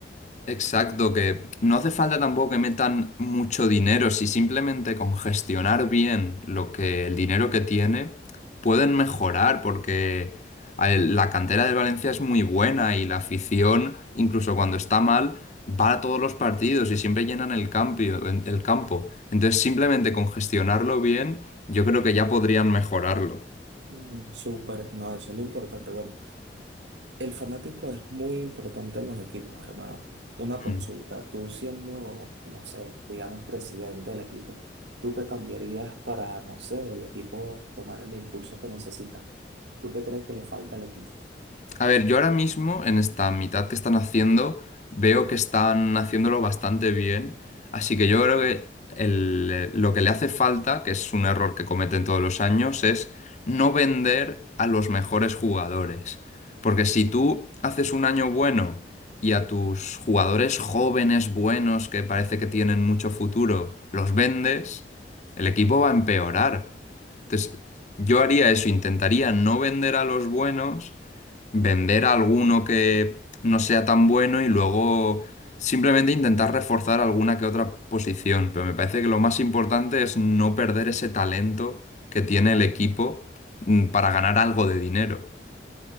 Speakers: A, on the left; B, on the right.
A: Exacto, que no hace falta tampoco que metan mucho dinero, si simplemente con gestionar bien lo que el dinero que tiene pueden mejorar, porque a el- la cantera del Valencia es muy buena y la afición, incluso cuando está mal, va a todos los partidos y siempre llenan el campio- en- el campo. Entonces, simplemente con gestionarlo bien, yo creo que ya podrían mejorarlo.
B: Mm, Súper, no, eso es lo importante. Bueno, el fanático es muy importante en los equipos, hermano. Una
A: Mm.
B: consulta, tú siendo, no sé, digamos, presidente del equipo, ¿tú qué cambiarías para, no sé, el equipo tomar el impulso que necesita? ¿Tú qué crees que le falta al equipo?
A: A ver, yo ahora mismo, en esta mitad que están haciendo, veo que están haciéndolo bastante bien. Así que yo creo que el- lo que le hace falta, que es un error que cometen todos los años, es no vender a los mejores jugadores. Porque si tú haces un año bueno y a tus jugadores jóvenes, buenos, que parece que tienen mucho futuro, los vendes, el equipo va a empeorar. Entonces, yo haría eso, intentaría no vender a los buenos vender a alguno que no sea tan bueno y luego simplemente intentar reforzar alguna que otra posición. Pero me parece que lo más importante es no perder ese talento que tiene el equipo mm, para ganar algo de dinero.